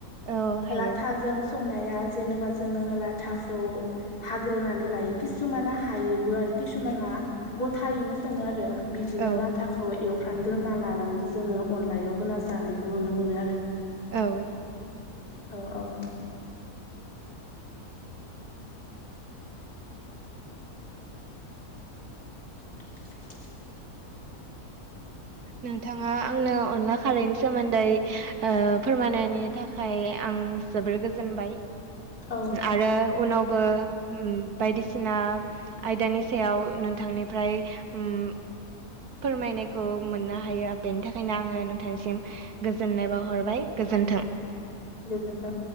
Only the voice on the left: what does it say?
लाथाजों संनाया जेनेबा जोङो लाथाखौ हाग्रोनानै लायो किसुमाना हायोबो आरो किसुमाना गथायैनो सङो आरो। बिदिनो
लाथाखौ एवफ्रानग्रोना लानानै जोङो अनलायाव होना जानायखौ नुनो मोनो आरो।
औ औ <inaudible>
औ
गोजोनथों।